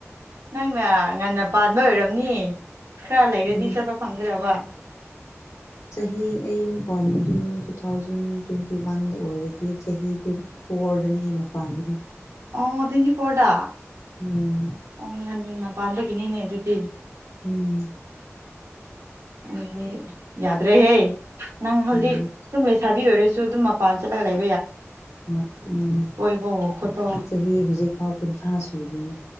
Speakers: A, on the right; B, on the left.
A: ꯅꯪꯅ ꯉꯟꯅ ꯄꯥꯟꯕ ꯑꯣꯏꯔꯝꯅꯤ ꯈꯔ ꯂꯩꯔꯗꯤ
B: ꯉꯟꯅ
A: ꯆꯠꯄ ꯐꯪꯒꯗꯕ
B: ꯍꯝ ꯆꯍꯤ ꯑꯩ ꯄꯥꯟꯕꯗꯨ ꯇꯨ ꯊꯥꯎꯖꯟ ꯇ꯭ꯋꯦꯟꯇꯤ ꯋꯥꯟꯗ ꯑꯣꯏꯔꯗꯤ ꯆꯍꯤ ꯇ꯭ꯋꯦꯟꯇꯤ ꯐꯣꯔꯗꯅꯦ ꯑꯩꯅ ꯄꯥꯟꯕꯗꯨ
A: ꯑꯣ ꯇ꯭ꯋꯦꯟꯇꯤ ꯐꯣꯔꯗ
B: ꯎꯝ
A: ꯑꯣ ꯉꯟꯅ ꯄꯥꯟꯕꯥꯒꯤꯅꯤꯅꯦ ꯑꯗꯨꯗꯤ
B: ꯎꯝ
A: ꯑꯗꯨꯗꯤ ꯌꯥꯗ꯭ꯔꯦꯍꯦ ꯅꯪ ꯍꯧꯖꯤꯛ
B: ꯃꯥꯅꯦ
A: ꯁꯨꯝ ꯂꯩꯁ ꯁꯥꯕꯤ ꯑꯣꯏꯔꯁꯨ ꯑꯗꯨꯝ ꯃꯄꯥꯟ ꯆꯠꯂꯒ ꯂꯩ
B: ꯍꯣꯏ ꯃꯥꯅꯦ
A: ꯀꯣꯏꯕꯋꯣ ꯈꯣꯠꯄꯋꯣ
B: ꯑꯩ ꯆꯍꯤ ꯍꯧꯖꯤꯛ ꯐꯥꯎ ꯀꯨꯟꯊ꯭ꯔꯥ ꯁꯨꯗ꯭ꯔꯤꯅꯤ